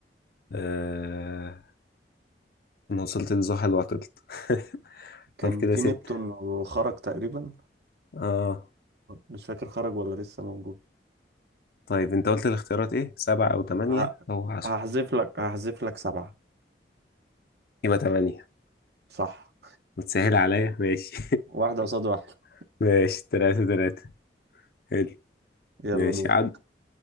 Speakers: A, on the left; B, on the right.
A: آه أنا وصلت لزحل وعطلت <laughs>
B: كان
A: طب كده
B: في
A: ستة
B: نبتون وخرج تقريبا
A: آه
B: مش فاكر خرج ولا لسه موجود
A: طيب أنت قلت الاختيارات إيه سبعة أو تمانية
B: ه-
A: أو عشرة
B: هحذف لك هحذف لك سبعة
A: يبقى تمانية
B: صح
A: متسهل عليا ماشي
B: واحدة قصاد واحدة
A: <laughs> ماشي تلاتة تلاتة حلو
B: يلا
A: ماشي
B: دور
A: عد